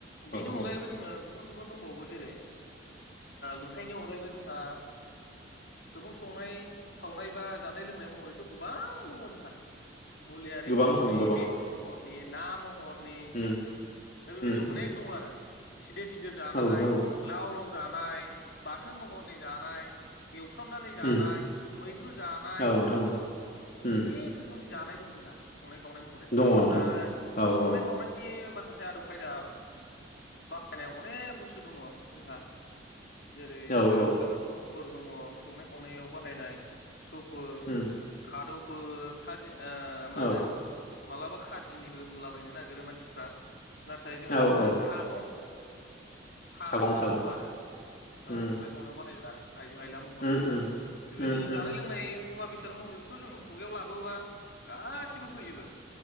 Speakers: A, on the left (about 45°); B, on the left (about 60°).
A: औ
B: बिनि अनगायैबो
A: औ
B: जोंङो गुबुन गुबुन दंबावो जेरै लुथाइनि अनगायैबो जोंहा सुबुं संनाय खावनाय बा जानाय लोंनाय महरैथ' गोबां दङ जोंहा मुलियारि
A: गोबां
B: महरनि
A: दं गोबां
B: बेदर महरनि ना महरनि
A: <inaudible>
B: दा बेबायदि अनेक
A: उम
B: दं आरो सिदोब सिदोब जानाय
A: औ नोंथां औ
B: लाव लाव जानाय बाथोन महरनि जानाय एवफ्रामनानै जानाय
A: उम
B: मैद्रु जानाय
A: औ नोंथां औ उम
B: अनेख रो खोमनि जानाय दं जोंहा संनाय खावनाय महरै
A: दङ नोंथां
B: आरो
A: औ
B: संनाय
A: औ
B: खावनाय नि माखासे आदब खायदा बाहायनाय अनेक बुस्थु दङ जोंहा। जेरै
A: औ
B: ओ
A: औ
B: थौफोर दङ संनाय खावनायाव बाहायनाय थौफोर
A: उम
B: खादौफोर खादि ओ मा
A: औ
B: होनो मालाबा खादिनिबो होनलाबायनो नागिरो मानसिफ्रा। नाथाय जोंहा
A: औ औ
B: सागं सागंबो
A: सागं सागं
B: दङ आरो
A: उम
B: औ संनाय खावनायाव बाहायग्रा आइजें आइला महरै
A: उम उम
B: बेबायदिनो
A: उम उम
B: जानाय लोंनाय मुवा बेसाद महरै जों खुगायाव लाबोबा गासिबो फैजोबो